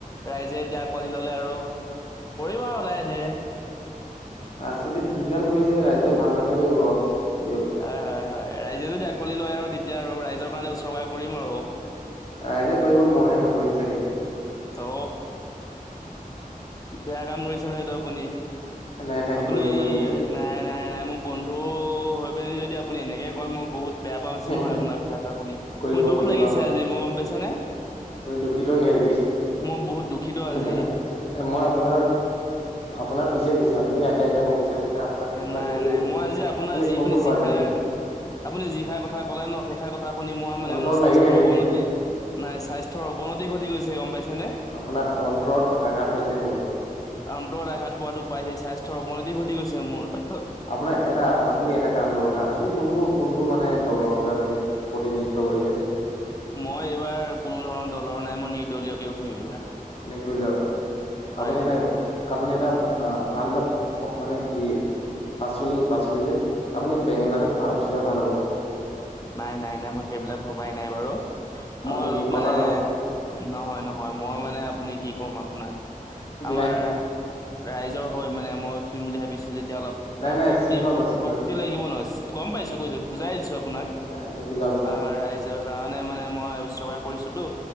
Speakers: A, on the left (about 25°); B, on the left (about 40°).
A: ৰাইজে এতিয়া আকোৱালি ললে আৰু কৰি়ম আৰু লাহে ধীৰে।
B: ৰাজনীতিত যোগদান কৰিছে ৰাইজেও ভাল কামেই কৰিব দিয়ক।
A: হয় হয় হয় ৰাইজে যদি আকোৱি লয় আৰু তেতিয়া আৰু ৰাইজৰ কাৰণে উচৰ্গা কৰিম আৰু
B: ৰাইজে কৰিব মইহে নকৰিম চাগে।
A: অ বেয়া কাম কৰিছে নহয় এইটো আপুনি।
B: নাই নাই
A: আপুনি
B: কৰিম কৰিম ধেত
A: নাই নাই নাই মোৰ বন্ধু হৈ পিনি যদি আপুনি এনেকে কয় মই বহুত, বেয়া পাওঁছো
B: নাই
A: নহয়
B: নাই
A: আপোনাৰ কথা ষাৰ শুনি
B: কৰিব
A: মোৰ দুখ
B: লাগিব
A: লাগিছে আজি মোৰ গম পাইছে নে।
B: আপুনি দুখিত নি আজি
A: মই বহুত দুখিত আজি
B: নাই নাই। এ মই আপোনাৰ আপোনাৰ পিছে পিছে আপুনি আগে আগে মই পিছে পিছে, আপোনাক যোগদান
A: নাই
B: কৰিমেই
A: নাই মই আজি আপোনাৰ
B: আপুনি
A: যি
B: কোনটো
A: পিনি
B: পাৰ্টি
A: যি খাই, আপুনি যি খাৰ কথা ক'লে ন সেই খাৰ কথা শুনি মই মানে
B: অন্তৰত
A: মোৰ স্বাস্থ্যৰ
B: লাগিলে নি
A: অৱনতি। নাই স্বাস্থ্যৰ অৱনতি ঘটি গৈছে গম পাইছে নে।
B: আপোনাৰ অন্তৰত আঘাত হৈছে নি বাৰু
A: অন্তৰত আঘাত পোৱাতো পাইছে স্বাস্থ্যৰ অৱনতি ঘটি গৈছে মোৰ।
B: আপোনাৰ এটা আপুনি এটা। কাম কৰক হা আপুনি কোনটো কোনটো মানে দলৰ বাবে আপুনি প্ৰতিনিধিত্ব কৰিছে।
A: মই এইবাৰ কোনো ধৰণৰ দলৰ নাই মই নিৰ্দলীয়কে উঠিম এইবাৰ।
B: নিদলিয় আপুনি
A: হয়
B: এটা
A: হয়
B: আপুনি এটা অ, ভাল এটা মানে কি পাচলি -পাচলি যে আপুনি বেঙেনাটোত
A: হয়
B: ভাল উঠিলে ভাল হ'ব।
A: নাই, নাই, নাই মই সেইবিলাক ভবাই নাই বাৰু
B: আপুনি
A: মই অলপ
B: কি কঁঠালত
A: মানে নহয়- নহয় মই মানে আপুনি কি ক'ম আপোনাক,
B: বিলাহী
A: আমাৰ ৰাইজৰ হয় মানে মই উঠিম বুলি ভাবিছো যেতিয়া অলপ
B: নাই
A: গাত
B: নাই
A: শক্তি
B: চিহ্নটো চিহ্নত
A: শক্তি লাগিব নহয় গম পাইছো কৈছো বুজাই দিছো আপোনাক।
B: <unintelligible>
A: অ ৰাইজৰ কাৰণে মানে মই উচৰ্গা কৰিছোতো